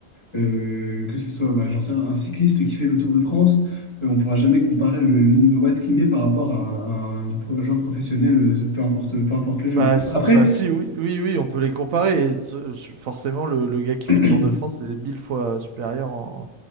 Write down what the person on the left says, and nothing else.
euh, que ce soit, bah, j'en sais rien, un cycliste qui fait le Tour de France, euh, on ne pourra jamais comparer le, le nombre de watts qu'il met par rapport à, un à un pro- joueur professionnel, euh, peu importe, peu importe le jeu.
Après,
<clears throat>